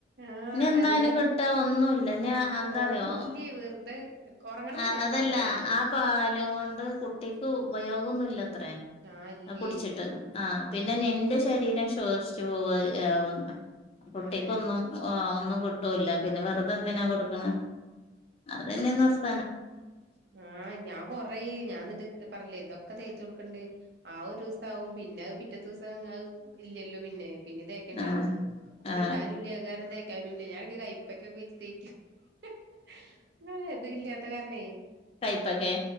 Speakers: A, on the right (about 60°); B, on the left (about 30°).
A: ആഹ്
B: ഇനിയെന്താ
A: അല്ല
B: അയിന് കിട്ടാൻ ഒന്നൂല്ല. ഇനി എന്താ
A: ഒന്നുല്ലേ
B: അറിയോ?
A: വെറുതെ ഒറങ്ങണ
B: ആ
A: സമയത്ത്
B: അതല്ല
A: മാത്രേ വേണ്ടുള്ളൂ
B: ആ പാലും കൊണ്ട് കുട്ടിക്ക് ഉപയോഗൊന്നുല്ല അത്രയേ
A: ആഹ് ഇല്ലേ
B: അത് കുടിച്ചിട്ട് ആ- പിന്നെ നിന്റെ ശരീരം ശോഷിച്ച് പോവും അയ് കുട്ടിക്കൊന്നും
A: അതെ
B: ഒന്നും- കിട്ടൂല്ലാ പിന്നെ വെറുതെന്തിനാ കൊടുക്ക്ണെ അത് തന്നെ എന്ന് പറഞ് -
A: ആ ഞാൻ കൊറേ ഞാൻ എന്നിട്ട് പറഞ്ഞില്ലേ ഇതൊക്കെ തേച്ച് കൊടുക്കണ്ട് ആ ഒരു ദിവസവാവും പിന്നെ അത് പിറ്റെ ദിവസം ഇല്ലല്ലോ പിന്നെ പിന്നെ തേക്കണില്ലല്ലോ
B: ആ
A: ഇപ്പൊ
B: ആ
A: കിട്ടാനും ഇല്ല അത് കാരണം തേക്കാനും ഇല്ല ഞാനോക്കെ കൈപ്പക്കാ ഒക്കെ വെച്ച് തേക്കും - ഹ് ഹിഹി ആ ഇത് ഇല്ലാത്ത കാരണെ
B: കൈപ്പൊക്കെ